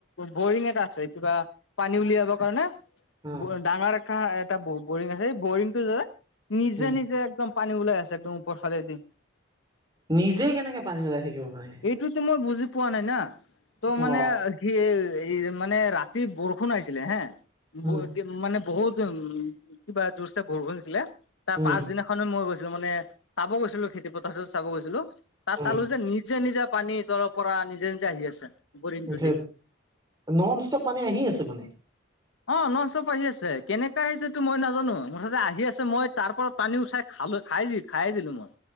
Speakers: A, on the left; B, on the right.
A: বৰিং এটা আছে। কিবা পানী উলিয়াব কাৰণে
B: উম,
A: ডাঙাৰ এখা এটা ব -বৰিং আছে সেই বৰিংটো যে নিজে
B: উম,
A: নিজে একদম পানী ওলাই আছে একদম ওপৰ ফালে দি।
B: নিজে কেনেকে পানী ওলাই থাকিব পাৰে।
A: এইটোৱেতো মই বুজি পোৱা নাই না ত' মানে
B: অ',
A: ঘেই এই মানে ৰা অতি বৰষুণ আহিছিলে হে,
B: উম,
A: বহুত মানে বহুত উম কিবা জোৰছে বৰষূণ দিছিলে, তাৰ
B: উম,
A: পাচদিনা মই গৈছিলো মানে চাব গৈছিলো খেতি পথাৰতো চাব গৈছিলো, তাত
B: উম,
A: চালো যে নিজ নিজে-নিজে পানী তলৰ পৰা নিজে-নিজে আহি আছে বৰিং টো
B: ধেৎ
A: দি।
B: নন ষ্টপ পানী আহি আছে মানে।
A: অ, নন ষ্টপ আহি আছে, কেনেকে আহিছে টো মই নাজানো, মুঠতে আহি আছে মই তাৰ পৰা পানী উঠাই খালো খাই দি খাই দিলো মই।